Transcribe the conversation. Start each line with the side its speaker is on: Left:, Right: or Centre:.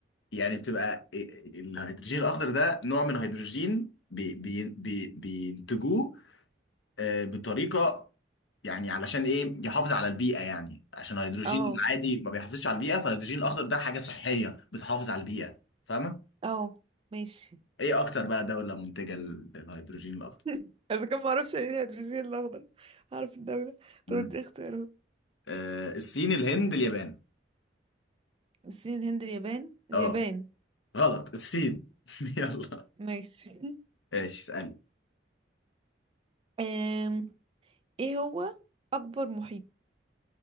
Left: يعني بتبقى ال- ال- الهيدروجين الاخضر ده نوع من الهيدروجين بي بي بي بينتجوه آه بطريقه يعني علشان ايه يحافظ على البيئه يعني عشان الهيدروجين
Right: اه
Left: العادي ما بيحافظش على البيئه فالهيدروجين الاخضر ده حاجه صحيه بتحافظ على البيئه فاهمه
Right: اه ماشي
Left: ايه اكتر بقى دوله منتجه لل- للهيدروجين الاخضر
Right: <laughs> اذا كان معرفش يعني ايه الهيدروجين الاخضر هعرف الدولة
Left: مم.
Right: طب ادي اختيارات
Left: آه الصين الهند اليابان
Right: الصين الهند اليابان اليابان
Left: اه غلط الصين <laughs> يلا
Right: ماشي <laughs>
Left: ماشي اسالي
Right: أم. ايه هو أكبر محيط